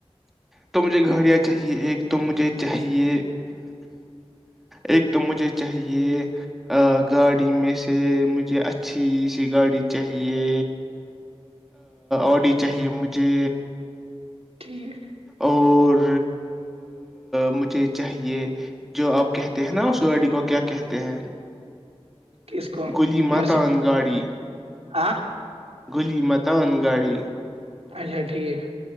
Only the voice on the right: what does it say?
ٹھیک
کس کو
مرسی
ہاں
اچھا ٹھیک